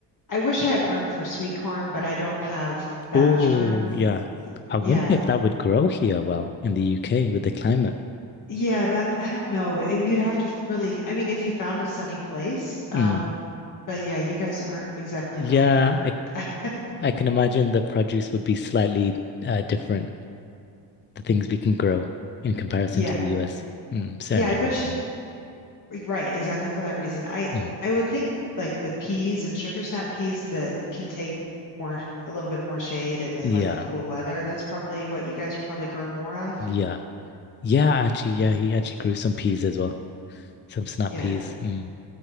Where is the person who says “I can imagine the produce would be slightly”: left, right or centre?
Left